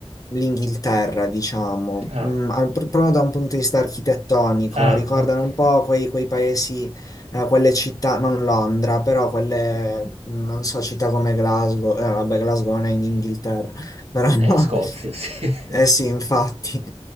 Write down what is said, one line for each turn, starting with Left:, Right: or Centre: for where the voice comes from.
Left: l'Inghilterra, diciamo,
Right: ah,
Left: mm, al- proprio da un punto di vista architettonico,
Right: ah,
Left: ricordano
Right: ok.
Left: un po' quei quei paesi eh, quelle città, non Londra, però quelle, mh, non so, città come Glasgow, eh, vabbè, Glasgow non è in Inghilterra, però, <laughs>
Right: Eh, Scozia, sì. <laughs>
Left: eh sì, infatti,